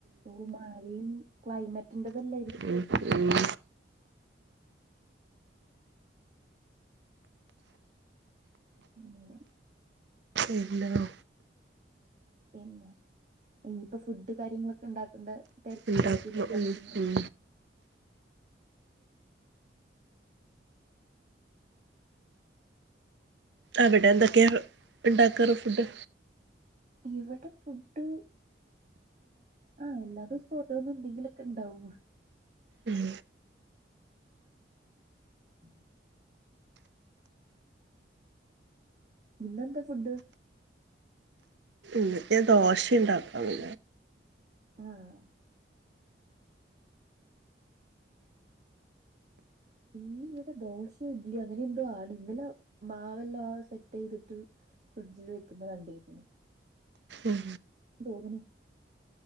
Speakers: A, on the right; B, on the right.
A: ഓ മഴയും ക്ലൈമറ്റിന്റെതല്ലായിരി
B: ഉം ഉം
A: ഉം
B: ണ്ടോ
A: പിന്നെ ഇനിയിപ്പോ ഫുഡ് കാര്യങ്ങളൊക്കെ ഉണ്ടാക്കണ്ട തെരക്കയ്ക്കുല്ലേ
B: ഉണ്ടാക്കണം
A: കൊറച്ചയ്ഞാ
B: ഉം ഉം അവിടെ എന്തൊക്കെയാ ഉണ്ടാക്കാറ് ഫുഡ്
A: ഇവിടെ ഫുഡ് ആഹ് എല്ലാ ദിവസവും ഓരോന്നും എന്തെങ്കിലുക്കെ ഉണ്ടാവു
B: ഉം
A: ഉം ഇന്നെന്താ ഫുഡ്
B: ന്ന് ഞാൻ ദോശണ്ടാക്കാന്ന്
A: ആഹ് ഇന്ന് ഇവിടെ ദോഷോ ഇഡ്ലിയോ അങ്ങനെ എന്തോ ആണ് ഇന്നലെ മാവെല്ലാം സെറ്റയ്തിട്ട് ഫ്രിഡ്ജിൽ വെക്കുന്നത് കണ്ടിരുന്നു
B: ഉം
A: തോന്ന്ണ്